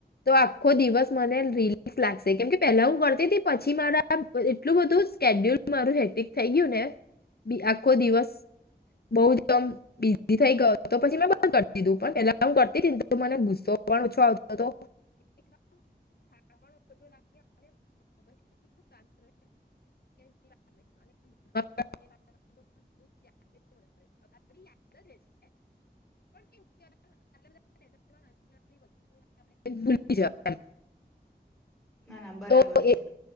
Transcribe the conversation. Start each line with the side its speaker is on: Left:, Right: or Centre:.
Left: તો આખો દિવસ મને રિલેક્સ લાગશે કેમ કે પેલા હું કરતી હતી પછી મારા એટલું બધું સ્કેડ્યુલ મારું હેટિક થઈ ગયું ને. બી આખો દિવસ બહ જમ બીઝી થઈ ગયો હતો પછી મેં બ કરી દીધું પણ પલા હ કરતી હતીને મને ગુસ્સો પણ ઓછો આવતો હતો. <unintelligible> <unintelligible> ભૂલી જવાય એમ.
Centre: ના ના બરાબર
Left: તો એ
Centre: છે.